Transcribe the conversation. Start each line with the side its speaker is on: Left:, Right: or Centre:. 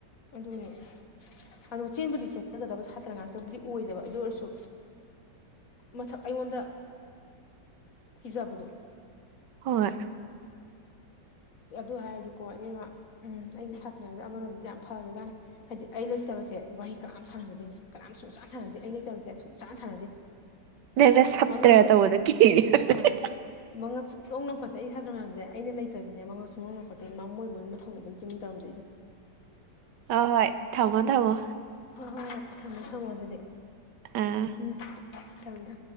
Left: ꯑꯗꯨꯅꯦ ꯑꯗꯣ ꯆꯦꯟꯕꯨꯗꯤ ꯆꯦꯟꯗꯒꯗꯕ ꯁꯥꯇ꯭ꯔ ꯉꯥꯛꯇꯕꯨꯗꯤ ꯑꯣꯏꯗꯕ ꯑꯗꯨ ꯑꯣꯏꯔꯁꯨ ꯃꯊꯛ ꯑꯩꯉꯣꯟꯗ ꯀꯤꯖꯕꯗꯣ
Right: ꯍꯣꯏ
Left: ꯑꯗꯨ ꯍꯥꯏꯔꯗꯤꯀꯣ ꯏꯕꯦꯝꯃ ꯎꯝ ꯑꯩꯒꯤ ꯁꯥꯇ꯭ꯔ ꯃꯌꯥꯝꯁꯦ ꯑꯃꯔꯣꯝꯗꯗꯤ ꯌꯥꯝ ꯐꯒꯖꯥꯠꯅꯤ ꯍꯥꯏꯗꯤ ꯑꯩ ꯂꯩꯇꯕꯁꯦ ꯋꯥꯍꯩ ꯀꯅꯥꯝ ꯁꯥꯟꯅꯔꯣꯏꯗꯣꯏꯅꯤ ꯀꯅꯥꯝ ꯁꯨꯡꯁꯥꯟ ꯁꯥꯟꯅꯗꯦ ꯑꯩ ꯂꯩꯇꯕꯖꯦ ꯁꯨꯡꯁꯥꯟ ꯁꯥꯟꯅꯗꯦ <inaudible>
Right: ꯅꯪꯅ ꯁꯞꯇ꯭ꯔ
Left: ꯃꯉꯛ ꯑꯝꯇ
Right: ꯇꯧꯕꯗ ꯀꯤꯔꯤ ꯑꯣꯏꯔꯝꯅꯤ
Left: ꯑꯥ ꯃꯉꯛ ꯁꯨꯡꯅꯣꯡ ꯅꯣꯡꯈꯠꯇꯦ ꯑꯩ ꯁꯥꯇ꯭ꯔꯥ ꯃꯌꯥꯝꯖꯦ ꯑꯩꯅ ꯂꯩꯇ꯭ꯔ ꯖꯨꯅꯦ ꯃꯉꯛ ꯁꯨꯡꯅꯣꯡ ꯅꯣꯡꯈꯠꯇꯦ ꯃꯥ ꯃꯣꯏ ꯃꯣꯏ ꯃꯊꯧꯅꯦ ꯑꯗꯨꯝ ꯇꯨꯃꯤꯟ ꯇꯧꯔꯝꯗꯨꯏꯖꯦ
Right: ꯑ ꯍꯣꯏ ꯊꯝꯃꯣ ꯊꯝꯃꯣ
Left: ꯍꯣꯏ ꯍꯣꯏ ꯍꯣꯏ ꯊꯝꯃꯣ ꯊꯝꯃꯣ ꯑꯗꯨꯗꯤ
Right: ꯑꯥ
Left: ꯎꯝ ꯊꯝꯃꯦ ꯊꯝꯃꯦ